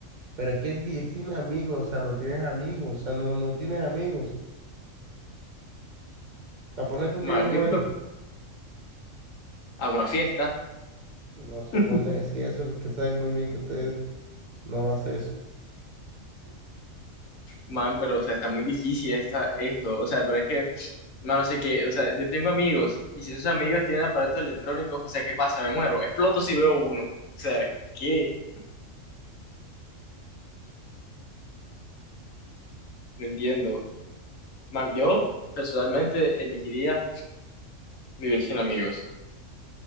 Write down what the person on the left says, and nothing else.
Man,
yo me hago una fiesta,
<laughs>
man, pero, o sea, está muy difícil esta, esto. O sea, pero es que Mano, sé que, o sea, yo tengo amigos y si esos amigos tienen aparatos electrónicos, o sea, ¿qué pasa? Me muero, exploto si veo uno. O sea, ¿qué? No entiendo. Man, yo personalmente elegiría vivir sin amigos.